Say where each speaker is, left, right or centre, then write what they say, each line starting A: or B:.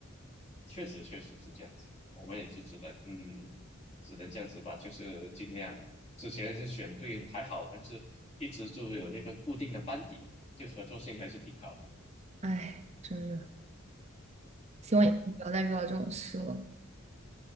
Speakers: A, on the left; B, on the right.
A: 确实确实是这样子，我们也是只能嗯，只能这样子吧，就是尽量之前是选对，还好我们是一直就有那个固定的班底，就合作性还是挺好的，
B: 哎，真的，希望以后不要再遇到这种事了。